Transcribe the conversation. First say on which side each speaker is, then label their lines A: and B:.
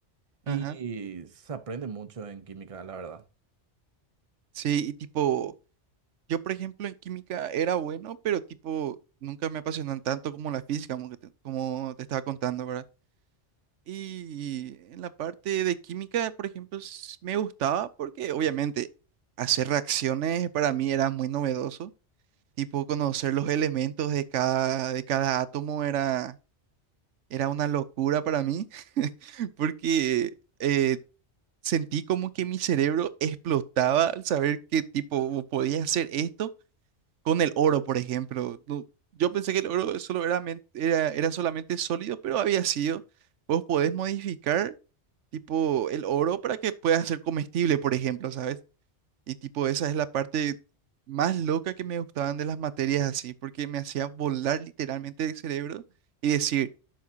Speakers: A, on the right; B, on the right.
A: Y
B: Ajá.
A: se aprende mucho en química, la verdad.
B: Sí, y tipo, yo por ejemplo en química era bueno, pero tipo, nunca me apasionan tanto como la física, como, que te- como te estaba contando, ¿verdad? Y en la parte de química, por ejemplo, s- me gustaba porque obviamente hacer reacciones para mí era muy novedoso. Tipo, conocer los elementos de cada, de cada átomo era, era una locura para mí, <laughs> porque eh, sentí como que mi cerebro explotaba al saber que tipo podía hacer esto con el oro, por ejemplo. No, yo pensé que el oro solo era, men- era, era solamente sólido, pero había sido, vos podés modificar tipo el oro para que pueda ser comestible, por ejemplo, ¿sabes? Y tipo esa es la parte más loca que me gustaban de las materias así, porque me hacía volar literalmente el cerebro y decir,